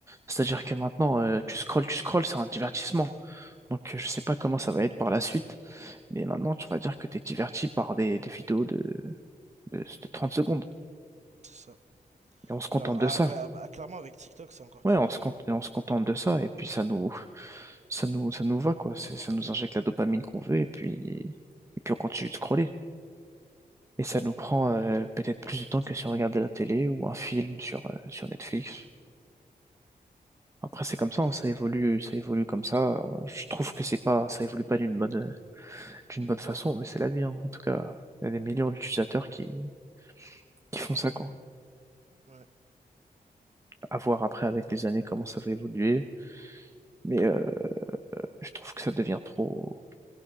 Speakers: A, on the right; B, on the right.
A: C'est-à-dire
B: Mm,
A: que maintenant, euh, tu scrolles, tu scrolles, c'est un divertissement. Donc, euh, je sais pas comment ça va être par la suite, mais maintenant, tu vas dire que tu es diverti par des, des vidéos de, de, de 30 secondes.
B: c'est ça.
A: Et on se contente
B: Clairement.
A: de
B: Ah
A: ça.
B: ouais, ah bah, clairement, avec TikTok, c'est encore
A: Ouais,
B: pire
A: on
B: maintenant.
A: se, con- on se contente de ça, et puis ça nous, ça nous, ça nous va, quoi. C'est- Ça nous injecte la dopamine qu'on veut, et puis, et puis on continue de scroller. Et ça nous
B: Mm,
A: prend euh, peut-être plus de temps que si on regardait la télé ou un film sur, euh, sur Netflix. Après, c'est comme ça,
B: ouais,
A: hein, ça évolue, ça évolue comme ça. Euh, Je trouve que c'est pas, ça évolue pas d'une bonne, d'une bonne façon, mais c'est la vie, hein. En tout cas, il y a des millions d'utilisateurs qui, qui font ça, quoi.
B: ouais.
A: À voir après avec les années comment ça va évoluer. Mais euh, je trouve que ça devient trop,